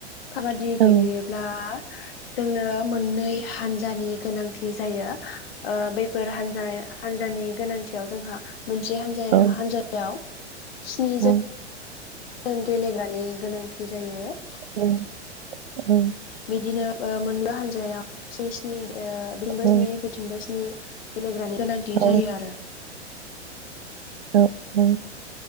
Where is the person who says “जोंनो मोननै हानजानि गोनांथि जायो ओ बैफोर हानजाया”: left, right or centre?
Left